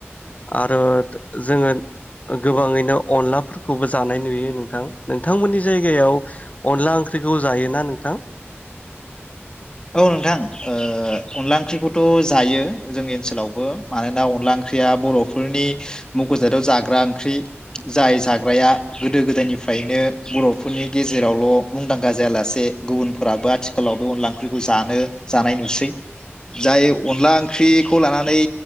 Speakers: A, on the left; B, on the left.
A: आरो जोङो गोबाङैनो अनलाफोरखौबो जानाय नुयो नोंथां। नोंथांमोननि जायगायाव अनला ओंख्रिखौ जायोना नोंथां?
B: औ नोंथां अनला ओंख्रिखौथ' जायो जोंनि ओनसोलावबो मानोना अनला ओंख्रिया बर'फोरनि मुख'जादाव जाग्रा ओंख्रि जाय जाग्राया गोदो गोदायनिफ्रायनो बर'फोरनि गेजेरावल' मुंदांखा जायालासे गुबुनफोराबो आथिखालाव बे अनला ओ ओंख्रिखौ जानो जानाय नुसै जाय अनला ओंख्रिखौ लानानै